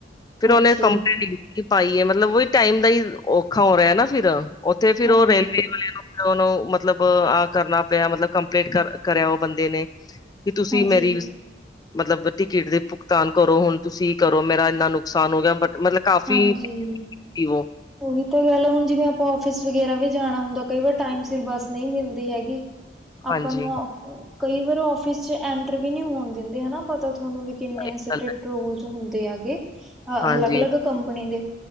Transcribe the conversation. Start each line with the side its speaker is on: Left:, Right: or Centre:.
Left: ਫਿਰ ਉਹਨੇ
Centre: ਅੱਛਾ
Left: ਕੰਪਲੇ
Centre: ਜੀ
Left: ਪਾਈਏ ਮਤਲਬ ਉਹ ਵੀ ਟਾਈਮ ਦਾ ਹੀ ਔਖਾ ਹੋ ਰਿਹਾ ਨਾ ਫਿਰ ਉੱਥੇ ਫਿਰ
Centre: ਹਾਂਜੀ
Left: ਉਹ ਰੇਲਵੇ ਵਾਲੇ ਨੂੰ ਉਹਨੂੰ ਮਤਲਬ ਆਹ ਕਰਨਾ ਪਿਆ ਮਤਲਬ ਕੰਪਲੇਟ ਕਰ ਕਰਿਆ ਉਹ ਬੰਦੇ ਨੇ ਕੀ ਤੁਸੀਂ
Centre: ਹਾਂਜੀ
Left: ਮੇਰੀ ਮਤਲਬ ਟਿਕਟ ਦੇ ਪੁਗਤਾਨ ਕਰੋ ਹੁਨ ਤੁਸੀਂ ਕਰੋ ਮੇਰਾ ਇੰਨਾ ਨੁਕਸਾਨ ਹੋ ਗਿਆ ਬਟ ਕਾਫ਼ੀ
Centre: ਹਾਂਜੀ
Left: ਉਹ
Centre: ਉਹੀ ਤਾਂ ਗੱਲ ਹੈ ਹੁਨ ਜਿਵੇਂ ਆਫਿਸ ਵਗੈਰਾ ਵੀ ਜਾਣਾ ਹੁੰਦਾ ਕਈ ਵਾਰ ਟਾਈਮ ਸਿਰ ਬੱਸ ਨਹੀਂ ਮਿਲਦੀ ਹੈਗੀ
Left: ਹਾਂਜੀ
Centre: ਆਪਾਂ ਨੂੰ ਕਈ ਵਾਰ ਆਫਿਸ ਚ ਐਂਟਰ ਵੀ ਨੀ ਹੋਣ ਦਿੰਦੇ ਹਨਾ ਪਤਾ ਤੁਹਾਨੂੰ ਵੀ ਕਿੰਨੇ
Left: ਸਹੀ
Centre: ਸਟ੍ਰਿਕਟ
Left: ਗੱਲ ਹੈ
Centre: ਰੂਲ ਹੁੰਦੇ ਹੈਗੇ ਅ
Left: ਹਾਂਜੀ
Centre: ਅਲੱਗ -ਅਲੱਗ ਕੰਪਨੀ ਦੇ